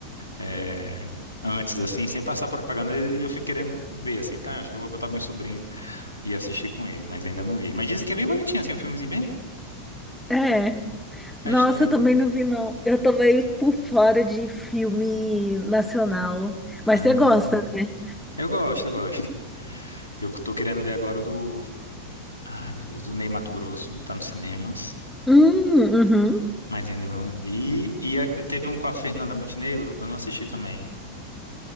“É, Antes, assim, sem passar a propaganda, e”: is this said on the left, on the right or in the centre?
Right